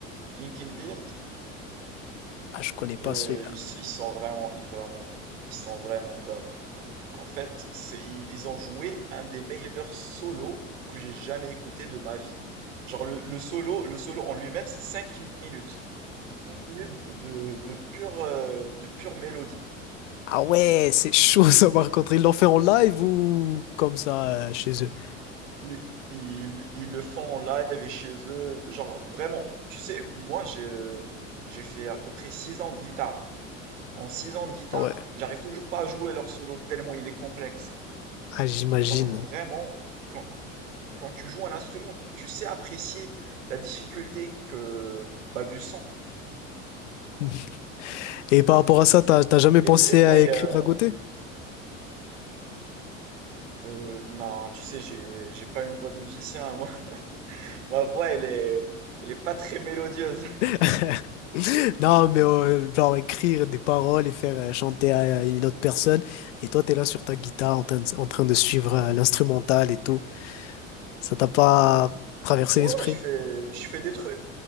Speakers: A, on the right; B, on the left.
A: Linkin Beard,
B: Ah, je connais pas
A: euh,
B: celui-là.
A: ils, ils sont vraiment, ils vraiment, ils sont vraiment top. En fait, c'est, ils, ils ont joué un des meilleurs solos que j'ai jamais écouté de ma vie. Genre le, le solo, le solo en lui-même, c'est 5 minutes. cinq minutes de, de, de pure, euh, de pure mélodie.
B: Ah ouais, c'est chaud ça par contre. Ils l'ont fait en live ou comme ça euh, chez eux?
A: Ils, ils, ils le font en live et chez eux. Genre vraiment, tu sais, moi j'ai, j'ai fait à peu près 6 ans de guitare. En 6 ans de guitare,
B: Ah ouais,
A: j'arrive toujours pas à jouer leur solo tellement il est complexe.
B: ah, j'imagine.
A: Mais genre vraiment, quand, quand tu joues un instrument, tu sais apprécier la difficulté que bah, du son.
B: <laughs> Et par rapport à ça, t'as t'as jamais
A: Et,
B: pensé
A: et toi,
B: à
A: il
B: écrire
A: y a...
B: à côté?
A: euh, non, tu sais, j'ai, j'ai pas une voix de musicien. Moi. <laughs> Ma voix, elle est, elle est pas très mélodieuse.
B: <laughs> Non, mais euh, genre écrire des paroles et faire euh, chanter à à une autre personne. Et toi, t'es là sur ta guitare en train de, en train de suivre euh, l'instrumental et tout. Ça t'a pas traversé
A: Ouais,
B: l'esprit?
A: ouais, je fais, je fais des trucs.